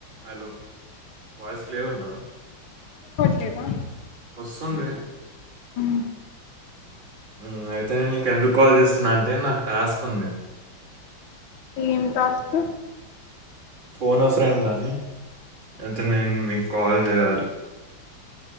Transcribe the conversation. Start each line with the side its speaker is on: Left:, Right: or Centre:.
Right: Hello voice clear ఉందా
Left: లేదా
Right: వస్తుంది
Left: హ్మ
Right: హ్మ అయితే నేను నీకు ఎందుకు కాల్ చేస్తున్నా అంటే నాకు టాస్క్ ఉంది
Left: ఏం టస్క
Right: ఫోన్ ఏ ఫ్రెండ్ అని అయితే నేను మీకు కాల్ చేయాలి